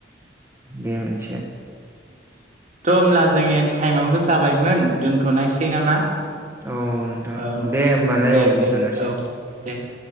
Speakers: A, on the right; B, on the right.
A: बे मोनसे
B: थ' होमब्ला जोङो टाइमाबो जाबायमोन दोनथ'नायसै नामा?
A: औ नोंथां
B: औ
A: दे होमबालाय
B: दे
A: औ दोनथ'नोसै
B: दे औ दे। <inaudible>